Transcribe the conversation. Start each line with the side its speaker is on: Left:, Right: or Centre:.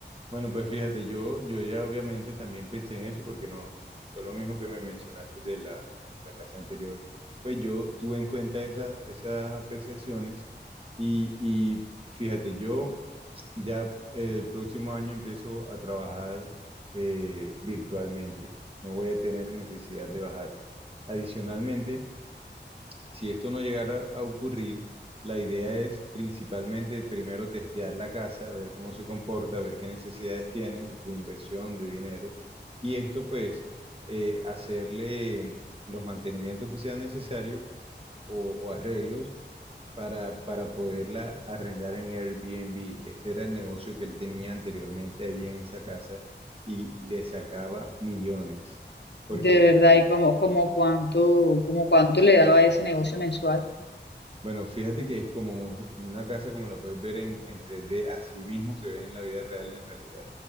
Right: Bueno, pues fíjate, yo, yo ya obviamente también pensé en eso porque no fue lo mismo que me mencionaste de la, de la casa anterior. Pues yo tuve en cuenta esa- esas apreciaciones y, y fíjate, yo ya el próximo año empiezo a trabajar eh, virtualmente. No voy a tener necesidad de bajar. Adicionalmente, si esto no llegara a ocurrir, la idea es principalmente primero testear la casa, ver cómo se comporta, ver qué necesidades tiene de inversión, de dinero, y esto pues eh, hacerle los mantenimientos que sean necesarios o, o arreglos para, para poderla arrendar en Airbnb. Este era el negocio que él tenía anteriormente ahí en esa casa y le sacaba millones, porque
Left: De verdad, y como, como cuánto, como cuánto le daba ese negocio mensual.
Right: Bueno, fíjate que es como una casa como la puedes ver en, en 3D, así mismo se ve en la vida real en realidad.